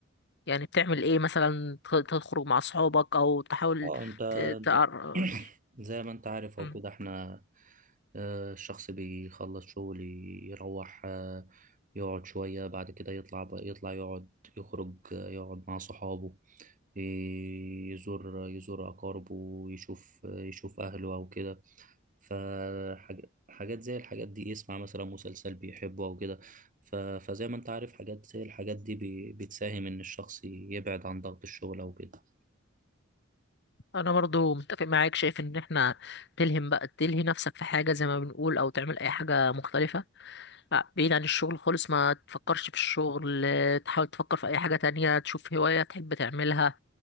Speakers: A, on the left; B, on the right.
A: يعني بتعمل ايه مثلا ت- تخرج مع اصحابك او تحاول
B: أه أنت
A: ت...
B: د-
A: تعر...
B: <clears throat> زي ما أنت عارف
A: مم.
B: أو كده إحنا آه، الشخص بيخلص شغل يروح آه، يقعد شوية بعد كده يطلع بقى يطلع يقعد يخرج آه، يقعد مع صحابه يزور يزور أقاربه يشوف يشوف أهله أو كده فحاجات زي الحاجات دي يسمع مثلا مسلسل بيحبه أو كده ف- فزي ما أنت عارف حاجات زي الحاجات دي بي- بتساهم إن الشخص يبعد عن ضغط الشغل أو كده
A: انا برضو متفق معاك شايف ان احنا تلهم بقى تلهي نفسك في حاجة زي ما بنقول او تعمل اي حاجة مختلفة لا بعيد عن الشغل خالص ما تفكرش في الشغل آه، تحاول تفكر في اي حاجة تانية تشوف هواية تحب تعملها